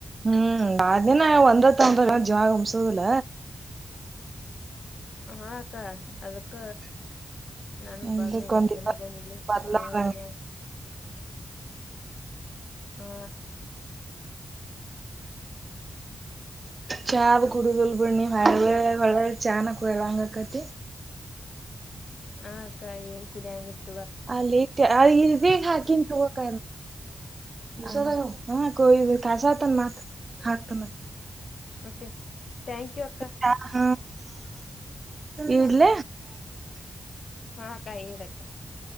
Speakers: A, on the right; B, on the left.
A: ಹ್ಮ್ ಆದನಿನ ಒಂದ್ರ ತೊಂದ್ರ ಜವಾಗ ಹಮ್ಸುದಿಲ್ಲ
B: ಹಾ ಅಕ್ಕಾ ಅದಕ್ಕ ನಾನು
A: ಅದಕ್ಕೊಂದ
B: ಬಂದ ಒಂದ ಎರಡ್ ಜನನ್ ಇಲ್ಲಿ
A: ಬರ್ಲಾರಂಗ
B: ಮಾವಾಗ ಮನ್ಯಾಗ ಹಾ
A: ಚಾವ ಕುಡದಲ್ ಬ್ಣಿ ಹಳ್ಳ
B: ಓಕೆ ಅಕ್ಕ
A: ವಳ್ಳ ಚಾನ ಕೊಯಾಂಗ ಕತ್ತ
B: ಹ ಅಕ್ಕ ಏನ್ ಕುಡಂಗಿರ್ತ
A: ಅಲ್ಲಿ ಇೇನ್ ಹಾಕಿನ್ ತಗೋಕ ಹ ಕಯ ಕಸ ಆತನ್ ಮತ್ ಹಾಕ್ತನ್ ಮತ್
B: ಓಕೆ ಥ್ಯಾಂಕ್ ಯು ಅಕ್ಕ
A: ಹ ಹ ಇಡ್ಲ
B: ಹಾಕ್ಕ ಹೇಳಡಕ್ಕ